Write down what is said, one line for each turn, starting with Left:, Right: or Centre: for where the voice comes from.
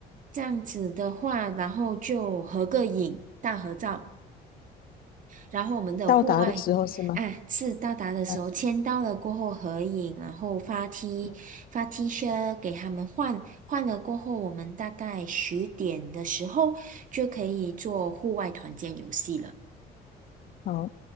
Right: 这样子的话，然后就合个影，大合照。然后我们的户外啊，
Left: 到达的时候是吗？
Right: 是到达的时候签到了过后合影，
Left: 啊，
Right: 然后发 T
Left: 嗯，
Right: 发 T 恤给他们换，换了过后，我们大概十点的时候就可以做户外团建游戏了。
Left: 好，